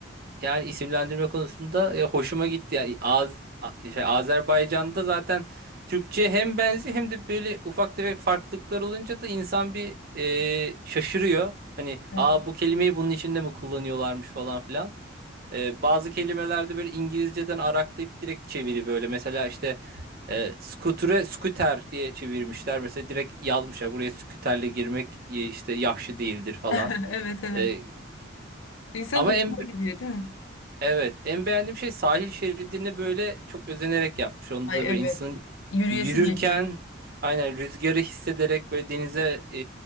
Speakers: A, on the right; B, on the left.
A: yani isimlendirme konusunda ya hoşuma gitti. Yani Az A- şey, Azerbaycan'da zaten Türkçe hem benzi hem de böyle ufak tefek farklılıklar olunca da insan bir e, şaşırıyor. Hani
B: Evet.
A: aa bu kelimeyi bunun içinde mi kullanıyorlarmış falan filan. E, bazı kelimelerde böyle İngilizceden araklayıp direkt çeviri böyle. Mesela işte e, scooter'e scooter diye çevirmişler. Mesela direkt yazmışlar buraya scooter'le girmek e, işte yahşi değildir falan.
B: <laughs> evet evet.
A: E,
B: İnsan
A: ama
B: hoşuna
A: en
B: gidiyor değil mi?
A: evet en beğendiğim şey sahil şeridini böyle çok özenerek yapmış. Onda
B: Ay
A: da
B: evet.
A: böyle insanın
B: Yürüyesi
A: yürürken
B: geliyor.
A: aynen rüzgarı hissederek böyle denize e,